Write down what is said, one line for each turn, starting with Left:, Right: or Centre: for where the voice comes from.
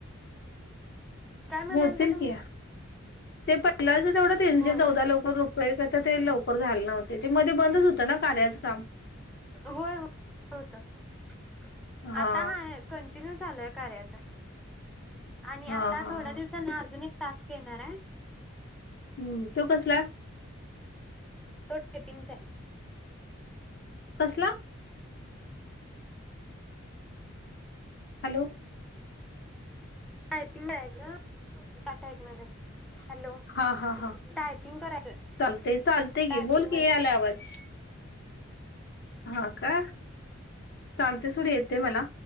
Centre: काय म्हणालत्या
Left: होतील
Centre: तुम्ही?
Left: की ते पहिलाच अजून एवढ तीनशे
Centre: होय
Left: चौदा लवकर रुपये का, तर ते लवकर झालं नव्हते ते ते मध्ये बंदच होतं ना कार्याच काम
Centre: होय हो होत आता
Left: हा
Centre: हाय कन कंटिन्यू चालूय कार्याचं आणि
Left: हा
Centre: आता
Left: हा
Centre: थोड्या
Left: हा
Centre: दिवसांनी अजून एक टास्क येणार आहे.
Left: हम्म तो कसला?
Centre: तो टायपिंगचा
Left: कसला? हॅलो.
Centre: टायपिंग <unintelligible> त्या टाईप मध्ये हॅलो
Left: हा हा हा
Centre: टायपिंग करायचं
Left: चालतय चालतय
Centre: टायपिंग
Left: की बोल की
Centre: मध्ये
Left: यायलाय आवाज हा का चालते सोड येते मला.